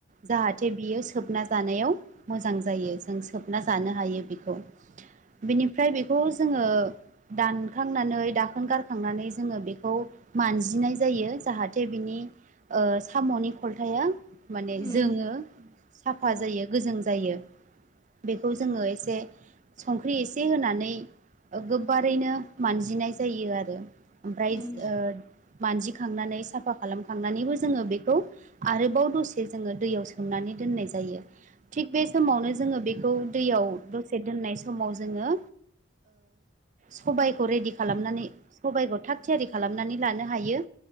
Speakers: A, on the right; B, on the left.
A: जाहाथे बियो सोबना जानायाव मोजां जायो जों सोबना जानो हायो बेखौ बिनिफ्राय बेखौ जोङो दानखांनानै दा खोन गारखांनानै जोङो बेखौ मानजिनाय जायो जाहाथे बिनि ओ साम'नि खलथाया माने
B: उम
A: जोंङो साफा
B: उम
A: जायो गोजों जायो। बेखौ
B: उम
A: जोङो एसे संख्रि एसे होनानै गोबारैनो मानजिनाय जायो आरो। ओमफ्राय
B: उम
A: ओ मानजिखांनानै साफा खालामखांनानैबो जोङो बेखौ आरोबाव दसे जोङो दैयाव सोमनानै दोननाय जायो थिग बे समावनो जोङो बे बे खौ दैयाव दसे दोननाय समाव जोङो सबायखौ रेडि खालाम खालामनानै सबायाइखौ थाग थियारि खालामनानै लानो हायो